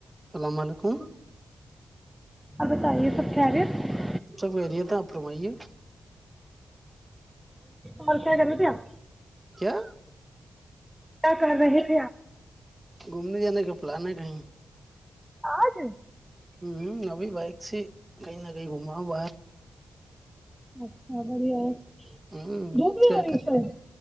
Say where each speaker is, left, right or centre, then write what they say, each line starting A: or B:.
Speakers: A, on the right; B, in the centre.
A: السلام علیکم کو
B: آپ بتائیے سب کهریت
A: سب کحریت آپ فرمائیے
B: اور کیا کر رہا تھے اپ
A: کیا
B: گیا کر رہا
A: گھومنے جانے کے پلان ہے کہیں
B: آج
A: ہوں ابھی بائک سے کہیں نہ کہیں گھما ہ باہر
B: اچھا بڑیا ہے <inaudible>
A: ہوں
B: دھوپ نہیں
A: کیا
B: ہو رہی
A: کر
B: اس سائڈ